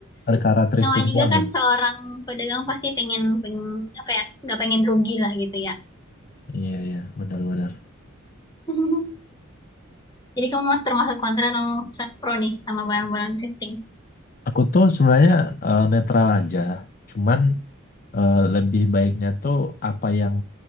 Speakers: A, on the left (about 40°); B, on the left (about 20°).
A: perkara thrifting
B: Namanya juga
A: doang
B: kan
A: gitu.
B: seorang pedagang pasti pengen, pengen apa ya, nggak pengen rugi lah gitu ya.
A: Iya iya benar-benar.
B: <laughs> Jadi kamu mas termasuk kontra atau sa- pro nih sama barang-barang thrifting.
A: Aku tuh sebenarnya eh, netral aja, cuman eh, lebih baiknya tuh apa yang